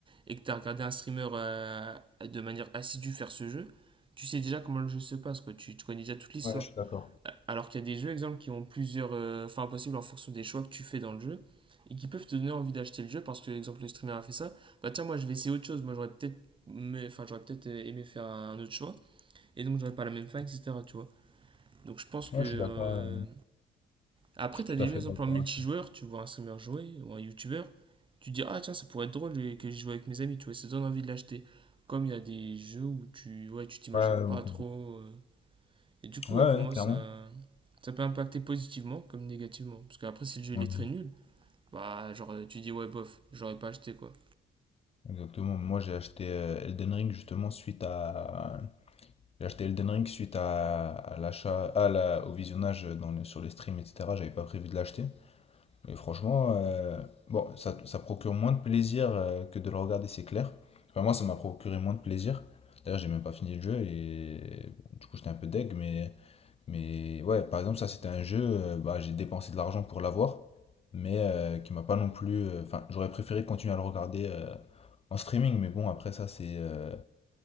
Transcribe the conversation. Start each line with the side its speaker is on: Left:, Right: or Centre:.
Right: et que t'as regardé un streamer euh, de manière assidue faire ce jeu, tu sais déjà comment le jeu se passe, quoi. Tu, tu connais déjà toute l'histoire.
Left: Ouais, je suis d'accord.
Right: Alors qu'il y a des jeux, exemple, qui ont plusieurs euh, fins possibles en fonction des choix que tu fais dans le jeu et qui peuvent te donner envie d'acheter le jeu parce que, exemple, le streamer a fait ça. Bah tiens, moi je vais essayer autre chose. Moi j'aurais peut-être mais enfin j'aurais peut-être euh, aimé faire un autre choix et donc j'aurais pas la même fin etc tu vois donc je pense que
Left: Ouais,
Right: euh,
Left: je suis d'accord. euh,
Right: après
Left: je suis
Right: t'as des
Left: tout à fait
Right: jeux exemple
Left: d'accord.
Right: en multijoueur tu vois un streamer jouer ou un youtubeur tu te dis ah tiens ça pourrait être drôle euh, que je joue avec mes amis tu vois ça donne envie de l'acheter comme il y a des jeux où tu ouais tu t'imagines
Left: Ouais,
Right: pas
Left: ouais, ok,
Right: trop euh, et du coup,
Left: ouais,
Right: ouais,
Left: Ouais,
Right: pour moi,
Left: ouais, clairement.
Right: ça, ça peut impacter positivement comme négativement. Parce qu'après, si le jeu il
Left: Ouais.
Right: est très nul, bah, genre, euh, tu dis, ouais, bof, j'aurais pas acheté, quoi.
Left: Exactement. Moi, j'ai acheté euh, Elden Ring justement suite à j'ai acheté Elden Ring suite à, à l'achat à la- au visionnage dans les- sur les streams etc. J'avais pas prévu de l'acheter. Et franchement, euh, bon, ça, ça procure moins de plaisir euh, que de le regarder, c'est clair. Enfin, moi, ça m'a procuré moins de plaisir. D'ailleurs, j'ai même pas fini le jeu et du coup, j'étais un peu deg, mais mais ouais, par exemple, ça c'était un jeu, euh, bah, j'ai dépensé de l'argent pour l'avoir, mais euh, qui m'a pas non plus. euh, Enfin, j'aurais préféré continuer à le regarder euh, en streaming, mais bon, après ça, c'est euh,